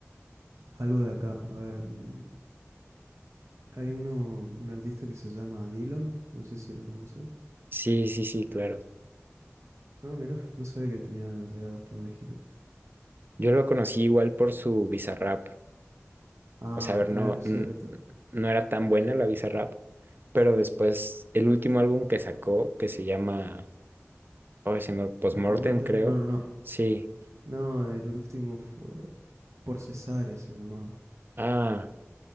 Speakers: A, on the right; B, on the right.
A: Algo de acá, a ver. mm. Hay uno, un artista que se llama Dillom, no sé si lo conoces.
B: Sí, sí, sí, claro.
A: Ah, mira, <laughs> no sabía que tenía llegado hasta México.
B: Yo lo conocí igual por su Bizarrap.
A: Ah,
B: O sea, a ver,
A: claro,
B: no,
A: cierto.
B: n- no era tan buena la Bizarrap, pero después el último álbum que sacó, que se llama, oh, se me, Postmortem,
A: Postmortem.
B: creo.
A: No, no, no.
B: Sí.
A: No, el último fue por cesárea se llamaba.
B: Ah.